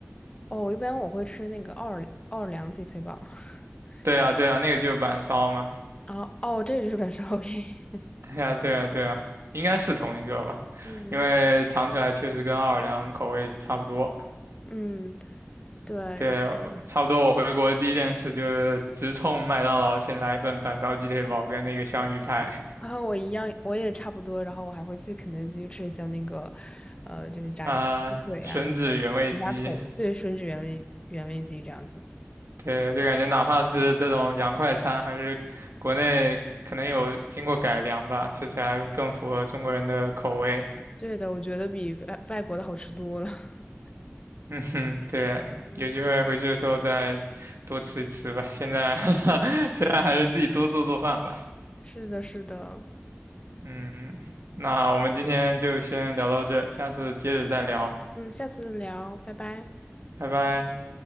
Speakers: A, on the left; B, on the right.
A: 哦，一般我会吃那个奥尔奥尔良鸡腿堡。<laughs>
B: 对啊，对啊，那个就是板烧嘛。
A: 啊，哦，这就是本烧 OK。<laughs>
B: 对啊，对啊，对啊，应该是同一个吧，
A: 嗯，
B: 因为尝起来确实跟奥尔良口味差不多。
A: 嗯，对，
B: 对，
A: 然后
B: 我差不多。我回国第一件事就是直冲麦当劳，先来一份板烧鸡腿堡跟那个香芋派
A: 然后我一样，我也差不多，然后我还会去肯德基吃一下那个，呃，就是炸鸡腿啊，
B: 啊、吮指原味鸡。
A: 那个迪家桶，对，吮指原味原味鸡这样子。
B: 对，就感觉哪怕是这种洋快餐，还是国内可能有经过改良吧，吃起来更符合中国人的口味。
A: 对的，我觉得比外外国的好吃多了。<laughs>
B: 嗯哼，对，
A: 嗯，
B: 有机会回去的时候再多吃一吃吧。现在 <laughs> 现在还是自己多做做饭吧。
A: 是的，是的。
B: 嗯，那我们今天就先聊到这，下次接着再聊，
A: 嗯，下次聊，拜拜。
B: 拜拜。